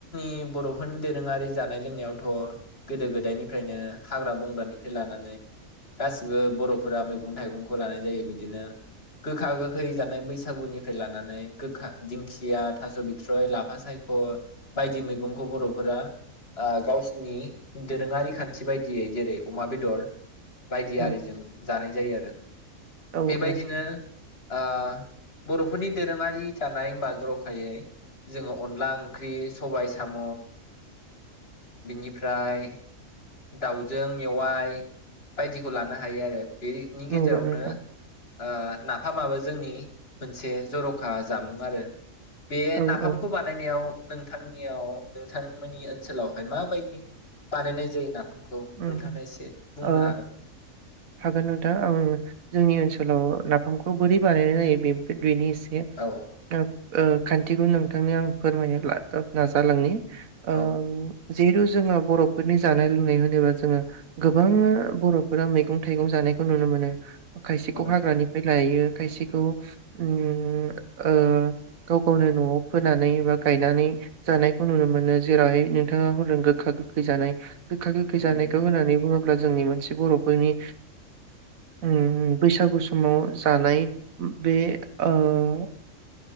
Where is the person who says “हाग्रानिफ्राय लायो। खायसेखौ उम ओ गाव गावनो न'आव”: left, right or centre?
Right